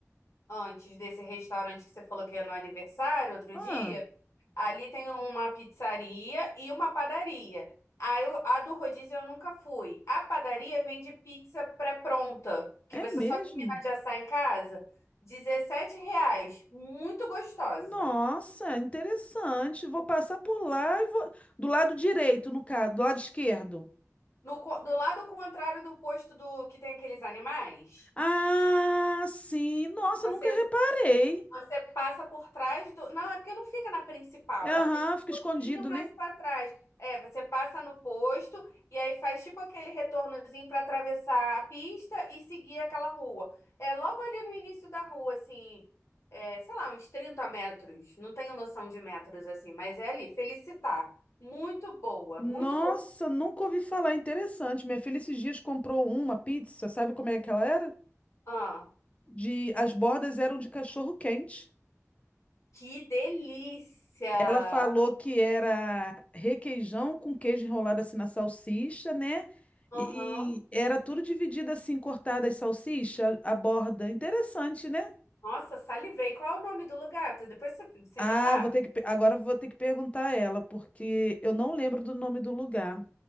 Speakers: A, on the left; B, on the left.
A: antes desse restaurante que você falou que ia no aniversário outro
B: Ah.
A: dia, ali tem uma pizzaria e uma padaria. A, eu, a do rodízio eu nunca fui. A padaria vende pizza pré-pronta, que
B: É
A: você
B: mesmo?
A: só termina de assar em casa, 17 reais, Muito gostosa.
B: Nossa, interessante. Vou passar por lá e vou. Do lado direito, no caso, do lado esquerdo.
A: No, co- do lado contrário do posto do que tem aqueles animais,
B: Ah, sim. Nossa,
A: você
B: nunca reparei.
A: Você passa por trás do. Não, é porque não fica na principal,
B: É,
A: ela
B: Aham,
A: fica um
B: fica escondido,
A: pouquinho mais
B: né?
A: para trás. É, você passa no posto e aí faz tipo aquele retornozinho para atravessar a pista e seguir aquela rua. É logo ali no início da rua, assim, é, sei lá, uns 30 metros. Não tenho noção de metros assim, mas é ali. Felicitar. Muito boa,
B: Nossa,
A: muito boa.
B: nunca ouvi falar. Interessante. Minha filha esses dias comprou uma pizza, sabe como é que ela era?
A: Ah,
B: De... As bordas eram de cachorro quente.
A: que delícia!
B: Ela falou que era requeijão com queijo enrolado assim na salsicha, né?
A: Aham.
B: E, e era tudo dividido assim, cortada as salsicha, a borda. Interessante, né?
A: Nossa, salivei. Qual é o nome do lugar? Tu- Depois você, você
B: Ah,
A: me passa.
B: vou ter que, pe- agora vou ter que perguntar a ela, porque eu não lembro do nome do lugar.